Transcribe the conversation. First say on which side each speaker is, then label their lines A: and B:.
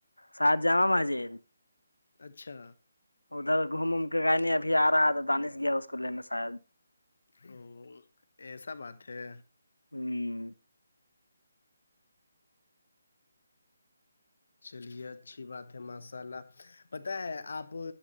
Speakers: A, on the left (about 80°); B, on the left (about 60°).
A: ساہ جامع مسجد
B: اچھا
A: ادھر گھوم اوم کے گئے ابھی آ رہا ہے تو دانش گیا اس کو لینے شاید
B: او ایسا بات ہے
A: ہوں
B: چلیے اچھی بات ہے ماشاء اللہ پت ہے آپ